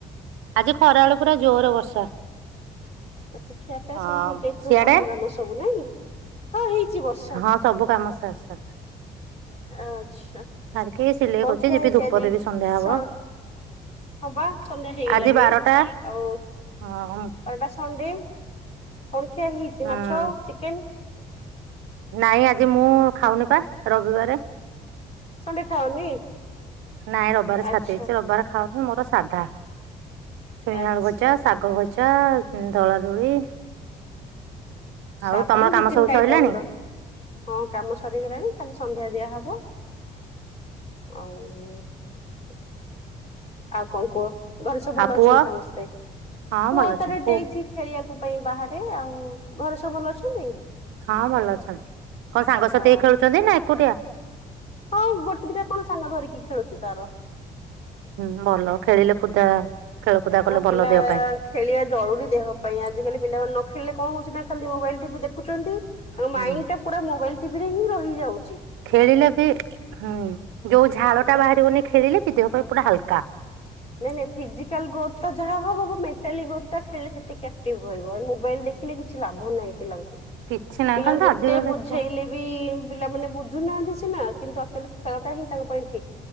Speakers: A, on the right; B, on the left.
A: ଆଜି ଖରାବେଳେ ପୁରା ଜୋରେ ବର୍ଷା।
B: ଆଛା ଖିଆ ପିଆ
A: ହଁ
B: ସବୁ ସରିଯାଇଥିବ
A: ସିଆଡେ
B: କାମ ଦାମ ସବୁ ନାଇଁ? ହଁ ହେଇଛି ବର୍ଷା।
A: ହଁ ସବୁ କାମ ସାର୍ ସାର୍
B: ଆଚଛା
A: ସାରିକି ସିଲେଇ
B: କଣ
A: କରୁଛି
B: ଖିଆ
A: ଯିବି
B: ହେଇଛି
A: ଧୂପ
B: ଆଜି
A: ଦେବି ସନ୍ଧ୍ୟା
B: ସ
A: ହବ
B: ହବା ସନ୍ଧ୍ୟା ହେଇଗଲାଣି
A: ଆଜି ବାରଟା
B: ଆଉ ଆ
A: ହଁ
B: ଏଟା ସଣ୍ଡେ କଣ ଖିଆ ହେଇଛି
A: ହୁଁ
B: ମାଛ, ଚିକେନ?
A: ନାଇଁ ଆଜି ମୁଁ-ଉ-ଉ ଖାଉନି ପା ରବିବାରେ।
B: ସଣ୍ଡେ ଖାଅନି?
A: ନାଇଁ ରବିବାର
B: ଆଚ୍ଛା
A: ଛାଡି ଦେଇଛି ରବିବାର ଖାଉନି ମୋର ସାଧା। ଛୁଇଁଆଳୁ
B: ଆଚ୍ଛା।
A: ଭଜା, ଶାଗ ଭ ଜା ଉଁ ଦଳା ଦଳି। ଆଉ
B: ସାଧାରେ
A: ତମର କାମ
B: ଦି ତିନିଟା
A: ସବୁ ସରିଲାଣି?
B: ଆଇଟମ୍ ରହେ। ହଁ କାମ ସରିଗଲାଣି। ଖାଲି ସନ୍ଧ୍ୟା ଦିଆ ହବ। ଆଉ-ଉ-ଉ ଆଉ କଣ କୁହ, ଘରେ ସବୁ ଭଲ
A: ଆଉ ପୁଅ
B: ଅଛନ୍ତି ସମସ୍ତେ?
A: ହଁ
B: ପୁଅ
A: ଭଲ ଅଛନ୍ତି
B: ତାର
A: ପୁ
B: ଡେଇଛି ଖେଳିବାକୁ ପାଇଁ ବାହାରେ ଆଉ-ଉ-ଉ। ଘରେ ସବୁ ଭଲ ଅଛନ୍ତି?
A: ହଁ ଭଲ ଅଛନ୍ତି କଣ ସାଙ୍ଗସାଥି
B: ଆ
A: ହେଇ ଖେଳୁଛନ୍ତି ନା ଏକୁଟିଆ?
B: ହଁ ଗୋଟେ ଦିଟା କଣ ସାଙ୍ଗ ଧରିକି ଖେଳୁଛି ତାର।
A: ହୁଁ ଭଲ ଖେଳିଲେ ଖୁଦା ଖେଳକୁୁଦା
B: ଆମ
A: କଲେ
B: ପିଲା
A: ଭଲ ଦେହ ପାଇଁ।
B: ଖେଳିବା ଜରୁରୀ ଦେହ ପାଇଁ ଆଜିକାଲି ପିଲାମାନେ ନ ଖେଳିଲେ କଣ ହଉଛି ନା ଖାଲି ମୋବାଇଲ ଟିବି ଦେଖୁଛନ୍ତି। ଆଉ
A: ହୁଁ
B: ମାଇଣ୍ଡ ଟା ପୁରା ମୋବାଇଲ ଟିଭି ରେ ହିଁ ରହିଯାଉ।
A: ଖେଳିଲେ ବି ହୁଁ ଯୋଉ ଝାଳ ଟା
B: ଯେ
A: ବାହାରିବନି ଖେଳିଲେ ବି ଦେହ ପାଇଁ ପୁରା ହାଲକା।
B: ନାଇଁ ନାଇ ଫିଜିକାଲ ଗ୍ରୋଥଟା ଯାହା ହବ ବ ମେଣ୍ଟାଲି ଗ୍ରୋଥଟା ଖେଳିଲେ ସେତିକି ଆକ୍ଟିଭ ରହିବ ଏ ମୋବାଇଲ ଦେଖିଲେ କି କିଛି ଲାଭ ନାହିଁ ପିଲାଙ୍କୁ।
A: କିଛି ନାହିଁ
B: ପିଲାଙ୍କୁ
A: ଖାଲି ତ
B: ଯେତେ
A: ଆଜିକାଲି
B: ବୁଝେଇଲେ
A: ଛୁଆ
B: ବି-ଇ-ଇ ପିଲାମାନେ ବୁଝୁନାହାନ୍ତି ସିନା କିନ୍ତୁ ଆକ୍ଚୁଆଲୀ ଖେଳଟା ହିଁ ତାଙ୍କ ପାଇଁ ଠିକ।